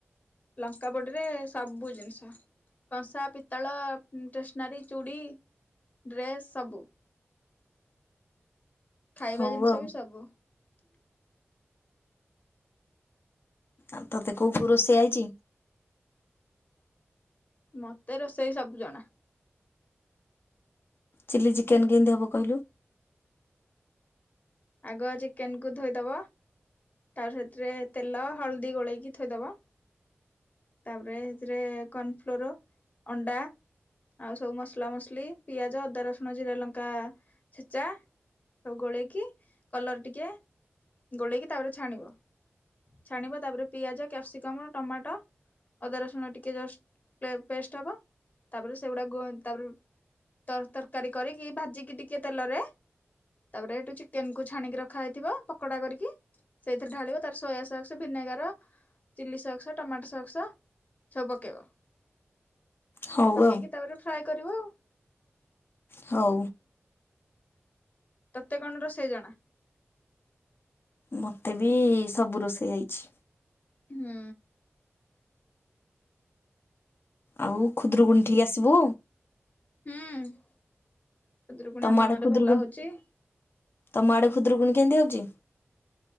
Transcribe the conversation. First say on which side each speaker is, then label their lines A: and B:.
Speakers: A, on the left; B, on the left.
A: ଲଙ୍କା ପୋଡ଼ିରେ ସବୁ ଜିନିଷ କଂସା, ପିତ୍ତଳ, ଷ୍ଟେସନାରୀ, ଚୁଡ଼ି, ଡ୍ରେସ୍ ସବୁ। ଖାଇବା
B: ହଉ
A: ଜିନିଷ
B: ଆଉ।
A: ବି ସବୁ । <unintelligible>
B: ଆଉ ତତେ କୋଉ ଫୋଉ ରୋଷେଇ ଆଇଛି?
A: ମତେ ରୋଷେଇ ସବୁ ଜଣା।
B: ଚିଲ୍ଲି ଚିକେନ କେମିତି ହବ କହିଲୁ?
A: ଆଗ ଚିକେନକୁୁ ଧୋଇଦବ ତାପରେ ସେଥିରେ ତେଲ ହଳଦୀ ଗୋଳେଇକି କି ଥୋଇ ଦବ। ତାପରେ ସେଥିରେ କର୍ଣ୍ଣଫ୍ଲୋର, ଅଣ୍ଡା ଆଉ ସବୁ ମସଲା ମସଲି, ପିଆଜ, ଅଦା, ରସୁଣ, ଜିରା, ଲଙ୍କା ଛେଚା। ସବୁ ଗୋଳେଇକି କଲର୍ ଟିକେ ଗୋଳେଇକି ତାପରେ ଛାଣିବ। ଛାଣିବ ତାପରେ ପିଆଜ, କ୍ୟାପ୍ସିକମ୍, ଟମାଟ ଅଦା ରସୁଣ ଟିକେ ଜଷ୍ଟ ପେ-ପେଷ୍ଟ ହବ। ତାପରେ ସେଗୁଡା ଗ-ତାପରେ ତର୍-ତରକାରୀ କରିକି ଭାଜିକି ଟିକେ ତେଲରେ ତାପରେ ସେଠୁ ଚିକେନକୁୁ ଛାଣିକି ରଖା ହେଇଥିବ ପକୋଡା କରିକି ସେଇଥିରେ ଢାଳିବ। ତାପରେ ସୋୟାସକ୍ସ, ଭିନେଗାର, ଚିଲିସକ୍ସ ଟମାଟୋ ସକ୍ ସ ସବୁ ପକେଇବ।
B: ହଉ
A: ପକେଇକି
B: ଆଉ
A: ତାପରେ ଫ୍ରାଏ କରିବ ଆଉ।
B: ହଉ।
A: ତତେ କଣ ରୋଷେଇ ଜଣା?
B: ମତେ ବି ସବୁ ରୋଷେଇ ଆଇଛି।
A: ହୁଁ।
B: ଆଉ ଖୁଦୁରୁକୁଣୀ ଠିକି ଆସିବୁ?
A: ହୁଁ। ଖୁଦୁରୁକୁଣୀ
B: ତମ
A: ଆମ
B: ଆଡେ
A: ଗାଁ
B: ଖୁଦୁରୁକୁଣୀ
A: ରେ ଭଲ ହଉଚି।
B: ତମ ଆଡେ ଖୁଦୁରୁକୁଣୀ କେମିତିହଉଛି?